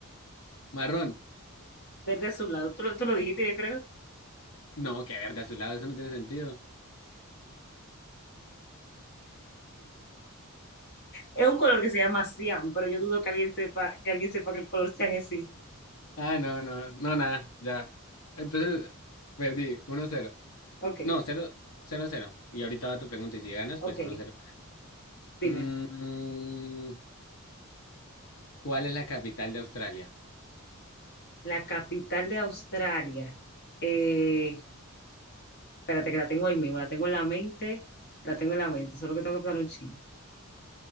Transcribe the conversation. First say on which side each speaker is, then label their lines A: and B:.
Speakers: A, on the left; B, on the left.
A: Marrón.
B: Verde azulado. Tú, lo- tú lo dijiste, yo creo.
A: No, que verde azulado, eso no tiene sentido.
B: Es un color que se llama cian, pero yo dudo que alguien sepa, que alguien sepa que el color cian existe.
A: Ah, no, no, no, nada, ya. Entonces, perdí, uno cero
B: Ok,
A: No, cero cero cero Y ahorita va tu pregunta, y si ganas,
B: ok,
A: pues uno cero
B: dime.
A: Mm, ¿cuál es la capital de Australia?
B: La capital de Australia. Eh, Espérate que la tengo ahí mismo, la tengo en la mente, la tengo en la mente, solo que tengo que pensar un chingo.